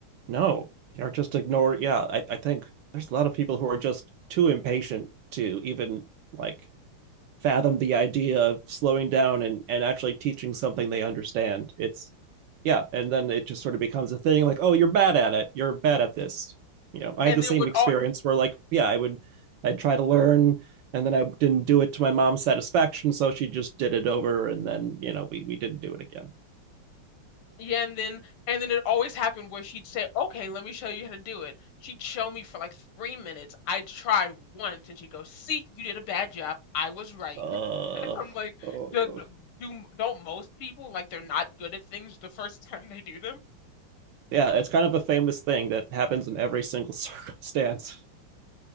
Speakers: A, on the right; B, on the left.
A: no, or just ignore yeah, I, I think there's a lot of people who are just too impatient to even like fathom the idea of slowing down and and actually teaching something they understand. It's yeah, and then it just sort of becomes a thing like, oh, you're bad at it. You're bad at this. You know, I
B: And
A: had the
B: then
A: same
B: would
A: experience
B: all
A: where like, yeah, I would I'd try to learn and then I didn't do it to my mom's satisfaction, so she just did it over and then, you know, we we didn't do it again.
B: yeah, and then and then it always happened where she'd say, "Okay, let me show you how to do it." She'd show me for like three minutes. I'd try once, and she'd go, "See, you did a bad job. I was right."
A: Uh,
B: <laughs> And I'm like,
A: oh.
B: "Does do don't most people like they're not good at things the first time they do them?"
A: Yeah, it's kind of a famous thing that happens in every single <laughs> circumstance.